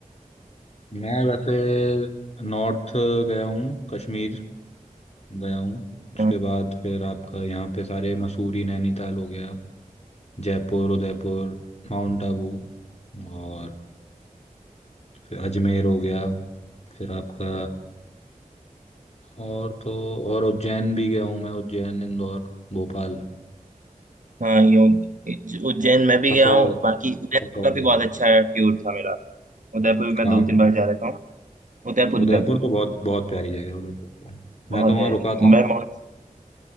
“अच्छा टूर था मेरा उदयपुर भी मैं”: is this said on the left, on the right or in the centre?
Right